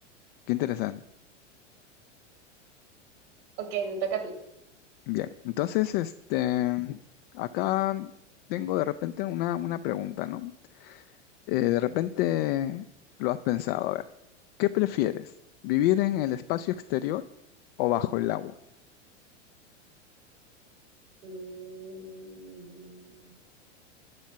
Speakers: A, on the left; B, on the right.
A: Qué interesante.
B: Ok, te toca a ti.
A: Bien, entonces, este, acá tengo de repente una, una pregunta, ¿no? Eh, de repente lo has pensado, a ver, ¿qué prefieres? ¿Vivir en el espacio exterior o bajo el agua?
B: Mm,